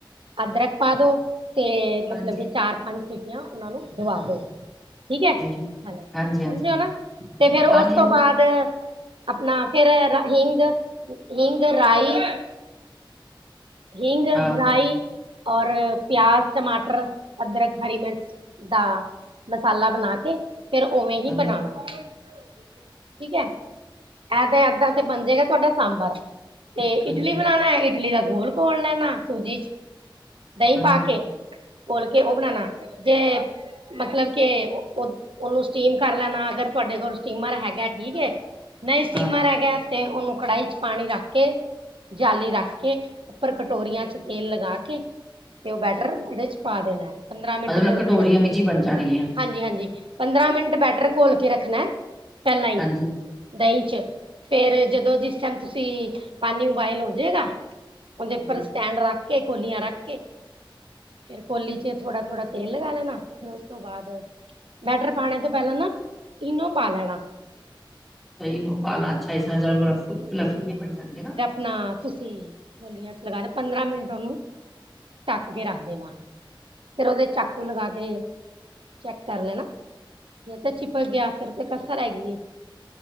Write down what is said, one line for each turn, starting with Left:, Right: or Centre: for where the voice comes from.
Right: ਅਦਰਕ ਪਾ ਦਿਓ ਤੇ ਮਤਲਬ
Centre: ਹਾਂਜੀ
Right: ਕਿ
Centre: ਹਾਂਜੀ
Right: ਚਾਰ ਪੰਜ ਸੀਟੀਆਂ ਉਹਨਾਂ ਨੂੰ ਦਵਾ ਦਿਓ। ਠੀਕ ਹੈ
Centre: ਹਾਂਜੀ
Right: ਹੈਲੋਓ
Centre: ਹਾਂਜੀ
Right: ਨਾ ਤੇ ਫੇਿਰ ਉਸ
Centre: ਹਾਂਜੀ
Right: ਤੋਂ ਬਾਅਦ।
Centre: ਹਾਂਜੀ
Right: ਆਪਣਾ ਫੇਰ ਹਿੰਗ ਹਿੰਗ ਰਾਈ ਹਿੰਗ,
Centre: ਹਾਂ
Right: ਰਾਈ ਔਰ ਪਿਆਜ਼, ਟਮਾਟਰ, ਅਦਰਕ, ਹਰੀ ਮਿਰਚ। ਦਾ ਮਸਾਲਾ ਬਣਾ ਕੇ ਫੇਰ ਉਵੇਂ ਹੀ
Centre: ਹਾਂਜੀ
Right: ਬਣਾਣਾ ਠੀਕ ਹੈ। ਇਹ ਤੇ ਇਵੇਂ ਹੀ ਬਣ ਜਾਏਗਾ ਤੁਹਾਡਾ ਸਾਂਬਰ ਤੇ
Centre: ਹਾਂਜੀ
Right: ਇਡਲੀ ਬਣਾਉਣਾ ਹੈ ਇਡਲੀ ਦਾ ਘੋਲ। ਕੋਣ ਲੈਣਾ, ਸੂਜੀ 'ਚ ਦਹੀਂ
Centre: ਹਾਂਜੀ
Right: ਪਾ ਕੇ। ਖੋਲ੍ਹ ਕੇ ਉਹ ਬਣਾਉਣਾ, ਤੇ ਮਤਲਬ ਕਿ ਉਹ। ਉਹਨੂੰ ਸਟ੍ਰੀਮ ਕਰ ਲੈਣਾ, ਅਗਰ ਤੁਹਾਡੇ ਕੋਲ ਸਟੀਮਰ ਹੈਗਾ, ਠੀਕ ਹੈ। ਨਹੀਂ, ਸਟੀਮਰ
Centre: ਹਾਂ
Right: ਹੈਗਾ ਤੇ ਉਹਨੂੰ ਕੜਾਹੀ 'ਚ ਪਾਣੀ ਰੱਖ ਕੇ ਜਾਲੀ ਰੱਖ ਕੇ। ਉੱਪਰ ਕਟੋਰੀਆਂ 'ਚ ਤੇਲ ਲਗਾ ਕੇ ਤੇ ਉਹ ਬੈਟਰ ਉਹਦੇ 'ਚ ਪਾ ਦੇਣਾ। ਪੰਦਰਾਂ ਮਿੰਟ
Centre: ਮਤਲਬ,
Right: ਘੋਲ
Centre: ਕਟੋਰੀਆਂ
Right: ਕੇ ਰੱਖ
Centre: ਵਿੱਚ ਹੀ ਬਣ ਜਾਣਗੀਆਂ।
Right: ਹਾਂਜੀ ਹਾਂਜੀ, ਪੰਦਰਾਂ ਮਿੰਟ ਬੈਟਰ ਕੇਲ ਕੇ ਰੱਖਣਾ ਪਹਿਲਾਂ ਹੀ।
Centre: ਹਾਂਜੀ
Right: ਦਹੀਂ 'ਚ ਫੇਰ ਜਦੋਂ ਜਿਸ ਟਾਈਮ ਤੁਸੀਂ ਪਾਣੀ ਉਬਲ ਜਾਏਗਾ।
Centre: ਹਾਂਜੀ
Right: ਉਹਦੇ ਉੱਪਰ ਸਟੈਂਡ ਰੱਖ ਕੇ ਕਟੋਰੀਆਂ ਰੱਖ ਕੇ। ਕਟੋਰੀ 'ਚ ਥੋੜ੍ਹਾ-ਥੋੜ੍ਹਾ ਤੇਲ ਲਗਾ ਲੈਣਾ, ਫੇਰ ਉਸ ਤੋਂ ਬਾਅਦ। ਬੈਟਰ ਪਾਉਣ ਤੋਂ ਪਹਿਲਾਂ ਨਾ, ਇਨੋ ਪਾ ਲੈਣਾ।
Centre: ਸਹੀ ਨੂੰ ਪਾਲਾ, ਅੱਛਾ, ਇਸ ਮਤਲਬ ਵੀ ਬਣ ਜਾਣਗੇ ਨਾ।
Right: ਨਾ ਤੁਸੀਂ। ਕਟੋਰੀਆਂ 'ਚ ਲਗਾ ਦੇ, ਪੰਦਰਾਂ ਮਿੰਟ ਉਹਨੂੰ ਢੱਕ ਕੇ ਰੱਖ ਦੇਣਾ। ਫੇਰ ਉਹਦੇ 'ਚ ਚਾਕੂ ਲਗਾ ਕੇ ਚੈੱਕ ਕਰ ਲੈਣਾ ਜੇ ਤੇ ਚ। ਪੈ ਗਿਆ ਫਿਰ ਤਾਂ ਕਸ ਰਹਿ ਗਈ,